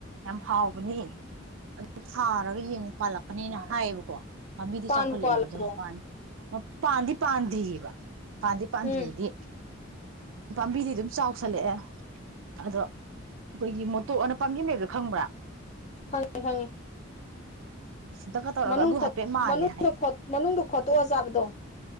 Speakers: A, on the right; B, on the left.
A: ꯌꯥꯝ ꯍꯥꯎꯕꯅꯦ ꯑꯗꯨ ꯊꯥꯔꯒ ꯌꯦꯡꯉꯨ ꯄꯥꯜꯂꯛꯀꯅꯤꯅ ꯍꯥꯏꯌꯦꯕꯀꯣ ꯄꯥꯝꯕꯤꯗꯤ
B: ꯄꯥꯟꯕꯨ
A: ꯆꯥꯎꯈꯠꯂꯛꯑꯦꯕ
B: ꯄꯥꯜꯂꯕꯣ
A: ꯑꯗꯣ ꯃꯄꯥꯟꯅ ꯄꯥꯟꯗꯤ ꯄꯥꯟꯗ꯭ꯔꯤꯕ ꯄꯥꯟꯗꯤ ꯄꯥꯟꯗ꯭ꯔꯤꯗꯤ
B: ꯎꯝ
A: ꯄꯥꯝꯕꯤꯗꯤ ꯑꯗꯨꯝ ꯆꯥꯎꯁꯜꯂꯛꯑꯦ ꯑꯗꯣ ꯑꯩꯈꯣꯏꯒꯤ ꯃꯨꯠ ꯇꯣꯛ ꯑꯅ ꯄꯥꯝꯕꯤ ꯑꯃ ꯂꯩꯕꯗꯣ ꯈꯪꯕ꯭ꯔꯥ
B: ꯈꯪꯉꯦ ꯈꯪꯉꯦ
A: ꯁꯤꯟꯇꯛꯀ ꯇꯧꯔꯒ
B: ꯃꯅꯨꯡ
A: ꯑꯗꯨ
B: ꯈꯣꯠ
A: ꯍꯥꯏꯐꯦꯠ ꯃꯥꯜꯂꯦ
B: ꯃꯅꯨꯡꯗ
A: ꯍꯥꯏ
B: ꯈꯣꯠ ꯃꯅꯨꯡꯗ ꯈꯣꯠꯇꯣꯛꯑꯥ ꯆꯥꯕꯗꯣ